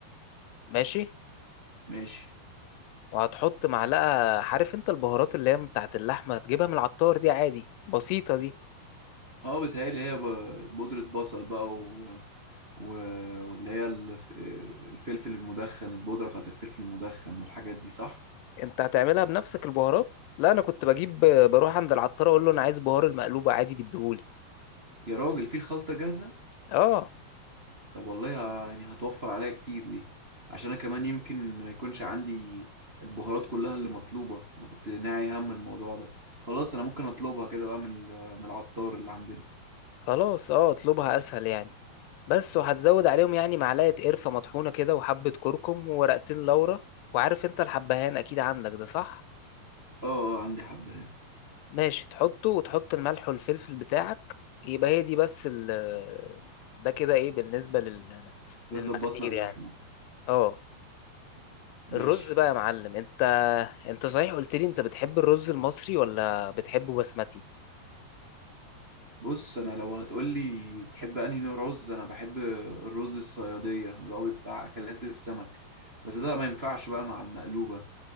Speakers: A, on the left; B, on the right.
A: ماشي
B: ماشي
A: وهتحط معلقة عارف أنت البهارات اللي هي بتاعت اللحمة هتجيبها من العطار دي عادي بسيطة دي
B: اه بتهيألي هي ب- بودرة بصل بقى و... و... واللي هي الف... الفلفل المدخن البودرة بتاعت الفلفل المدخن والحاجات دي صح؟
A: انت هتعملها بنفسك البهارات لا انا كنت بجيب بروح عند العطار اقول له انا عايز بهار المقلوبه عادي بيديهولي
B: يا راجل في الخلطة جاهزة؟
A: اه
B: طب والله ه- يعني هتوفر عليا كتير دي عشان انا كمان يمكن ما يكونش عندي البهارات كلها اللي مطلوبة انا كنت ناعي هم الموضوع ده خلاص انا ممكن اطلبها كده بقى من ال- من العطار اللي عندنا
A: خلاص اه اطلبها اسهل يعني بس وهتزود عليهم يعني معلقه قرفه مطحونه كده وحبه كركم وورقتين لورا وعارف انت الحبهان اكيد عندك ده صح
B: اه اه عندي حبهان
A: ماشي تحطه وتحط الملح والفلفل بتاعك يبقى هي دي بس ال ده كده ايه بالنسبه لل...
B: كده
A: للمقادير
B: ظبطنا اللحمة
A: يعني اه
B: ماشي
A: الرز بقى يا معلم انت انت صحيح قلت لي انت بتحب الرز المصري ولا بتحبه بسمتي
B: بص انا لو هتقولي بتحب انهي نوع رز انا بحب الرز الصيادية اللي هو بتاع اكلات السمك بس ده ما ينفعش بقى مع المقلوبة